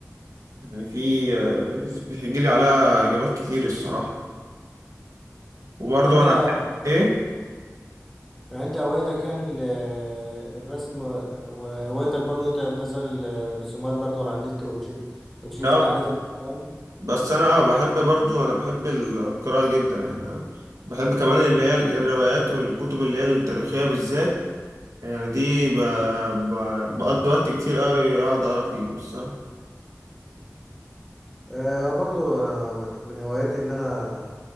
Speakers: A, on the right; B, in the centre.
A: يعني في آه، بيجي لي عليها إجابات كتير الصراحة وبرضه
B: يعني انت
A: أنا بحب إيه؟
B: يعني انت هوايتك يعني ال- الرسم و- وهوايتك برضو انت تنزل الرسومات برضو على النت وتشوف وتشوف
A: آه
B: التعليقات الناس عليها
A: بس أنا آه بحب برضه أنا بحب القراءة جدا يعني أنا بحب كمان اللي هي الروايات والكتب اللي هي التاريخية بالذات يعني دي ب... ب... بقضي وقت كتير أوي أقعد أقرا فيهم الصراحة
B: أه برضو انا من من هواياتي اللي انا